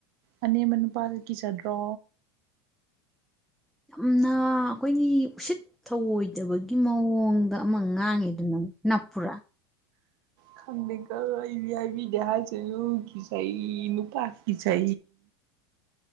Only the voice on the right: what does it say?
ꯑ ꯃꯦꯅꯨ ꯄꯥꯒꯀꯤ ꯆꯠꯗ꯭ꯔꯣ
ꯈꯪ ꯀꯕꯤꯥꯏ ꯌ ꯆꯍꯤ ꯅꯨꯄꯥ ꯀ ꯆ